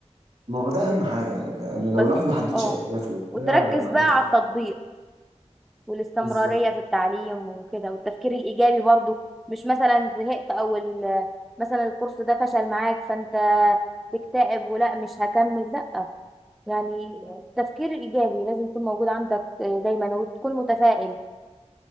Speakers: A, on the right; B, in the centre.
A: ما هو ده أهم حاجة يعني يعني لو
B: بس
A: الواحد ما حددش
B: اه
A: أهدافه ده
B: وتركز
A: معلش
B: بقى على
A: ده
B: التطبيق والاستمرارية
A: بالظبط
B: في التعليم وكده والتفكير الإيجابي برضو مش مثلا زهقت أو ال- مثلا الكورس ده فشل معاك فأنت تكتئب ولا مش هكمل لا يعني التفكير الإيجابي لازم يكون موجود عندك دايما وتكون متفائل